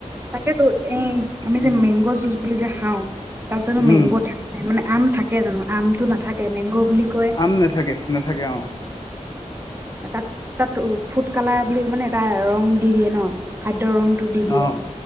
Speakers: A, on the right; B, on the left.
A: তাকেতো এই আমি
B: উম
A: যে মেংগ' যুছ বুলি যে খাওঁ তাত জানো
B: উম
A: মেংগ থাক নাই মানে আম থাকে থাকে জানো আমটো নাথাকে ত মেংগ বুলি কয়
B: আম নাথাকে নাথাকে অ
A: ত ফুড কালাৰ বুলি মানে এটা ৰং দি দিয়ে ন খাদ্য ৰংটো দি দিয়ে
B: অ